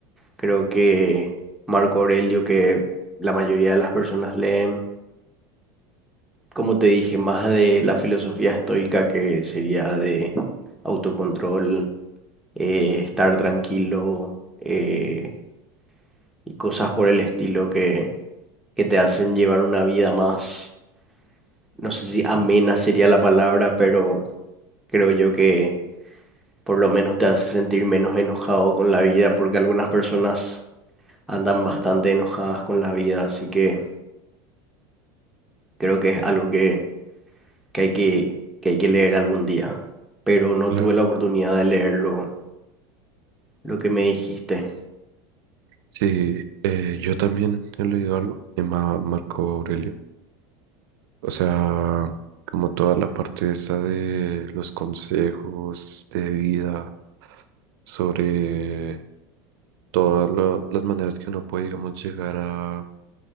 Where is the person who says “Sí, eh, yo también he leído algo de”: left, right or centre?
Right